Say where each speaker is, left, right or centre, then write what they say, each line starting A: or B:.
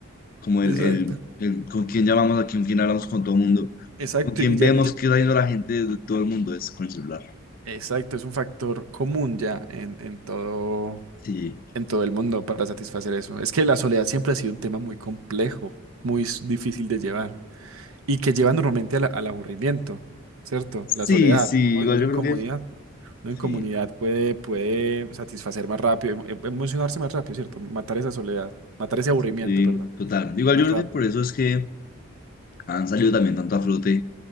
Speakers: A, on the left; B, on the right.
A: como
B: Exacto.
A: el, el, el con quién llamamos aquí, con quién hablamos con todo el mundo,
B: Exacto,
A: con quién
B: y ya,
A: vemos
B: y ya-
A: qué está yendo la gente de todo el mundo es con el celular.
B: exacto, es un factor común ya en, en todo.
A: Sí,
B: en todo el mundo para satisfacer eso. Es que la soledad siempre ha sido un tema muy complejo, muy s- difícil de llevar y que lleva normalmente al al aburrimiento, ¿cierto?
A: sí,
B: La soledad.
A: sí,
B: Uno,
A: igual
B: uno
A: yo
B: en
A: creo
B: comunidad,
A: que,
B: uno en comunidad
A: sí,
B: puede, puede satisfacer más rápido, em- em- emocionarse más rápido, ¿cierto? Matar esa soledad, matar ese aburrimiento,
A: sí,
B: perdón,
A: total. Igual
B: más
A: yo creo
B: rápido.
A: que por eso es que han salido también tanto a flote